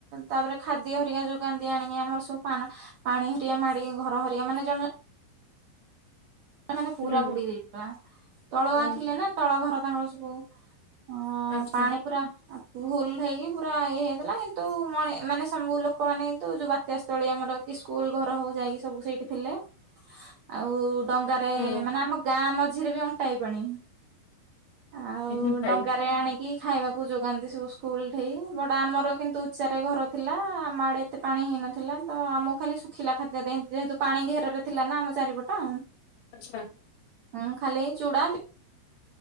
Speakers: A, on the right (about 75°); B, on the left (about 90°).
A: ତାପରେ ଖାଦ୍ୟ ହରିକା ଯୋଉ କାନ୍ଦ ଆଣିକି ଆମର ସବୁ ପାନ ପାଣି ହରଆ ମାଡିକି ଘର ହରିଆ ମାନେ ଜଣେ ମାନେ ପୁରା
B: ହୁଁ।
A: ବୁଡି ଯାଇଥିଲା ତଳୁଆ
B: ଓହୋ
A: ଥିଲେ ନା ତଳ ଘର ତାଙ୍କର ସବୁ। ହଁ
B: ଆଚ୍ଛା
A: ପାଣି ପୁରା ଭୁଲ ହେଇକି ପୁରା ଇଏ ହେଇଥିଲା କିନ୍ତୁ ମଣି ମାନେ ସବୁ ଲୋକମାନୋନ କିନ୍ତୁ ଯୋଗା ତ୍ୟା ସ୍ଥଳୀ ଆମର କି ସ୍କୁଲ ଘର ହଉ ଯାଇକି ସବୁ ସେଇଠି ଥିଲେ ଆଉ ଡଙ୍ଗାରେ
B: ହୁଁ
A: ହେଲେ ମାନେ ଆମ ଗାଁ ମଝିରେ ବି ଅଣ୍ଟା ହେଇ ପାଣି। ଆଉ
B: ଏହି ଭାଇ
A: ଡଙ୍ଗାରେ ଆଣିକି ଖାଇବାକୁ ଯୋଗାନ୍ତି ସବୁ ସ୍କୁଲ ଠେଇ ବଟ ଆମର କିନ୍ତୁ ଉଚ୍ଚାରେ ଘର ଥିଲା ଆମ ମାଡେ ଏତେ ପାଣି ହେଇନଥିଲା ତ ଆମକୁ ଖାଲି ଶୁଖିଲା ଖାଦ୍ୟ ଦେଅନ୍ତି ଯେହେତୁ ପାଣି ଘେରରେ ଥିଲା ନା ଆମ ଚାରିପଟ।
B: ଆଛା।
A: ହଁ ଖାଲି ଏ ଚୁଡା